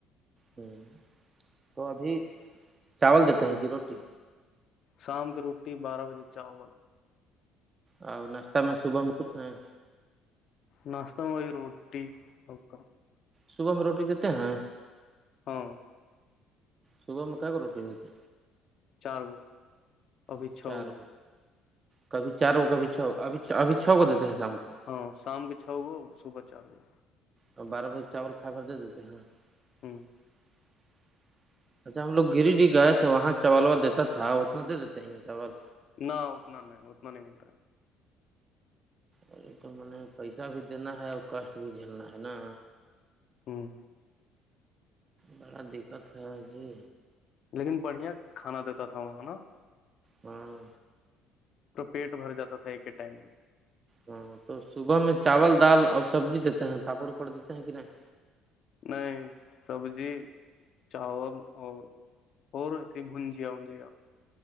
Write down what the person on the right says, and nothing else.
ہوں تو ابھی چاول دیتے ہیں کہ روٹی
اور ناشتہ میں صبح میں کچھ نہیں ہے
صبح میں روٹی دیتے ہیں
صبح میں کیا کر روٹی دیتی
ہیں
چار
کبھی چار کبھی چھ ابھی ابھی چھ کو دیتے ہیں شام کو
اور بارہ بجے چاول کھائے دے دیتے ہیںاں
<inaudible> اچھا ہم لوگ گری ڈ گئے تھے وہاں چاولوا دیتا تھا اتنا دے دیتے ہیں یہ چاول
ارے تو م نے پیسہ بھی دینا ہے اور کشٹ بھی جھیلنا ہے نا
بڑا دقت تھا جی
ہاں
ہاں تو صبح میں چاول دال اور سبزی دیتے ہیں پاپڑ اپڑ دیتے ہیں کہ نہیں